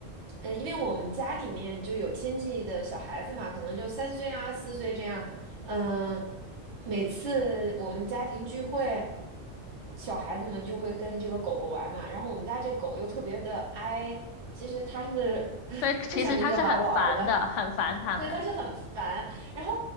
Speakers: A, on the right (about 65°); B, on the left (about 75°).
A: 呃，因为我们家里面就有亲戚的小孩子嘛，可能就三岁啊、四岁这样。嗯、每次我们家庭聚会，小孩子们就会跟这个狗狗玩嘛。然后我们家这狗又特别的哀，其实它是
B: <laughs>
A: <laughs>
B: 所以其实它是很烦的，
A: 不想跟小孩玩儿的。
B: 很烦它们，
A: 对，他是很烦。然后，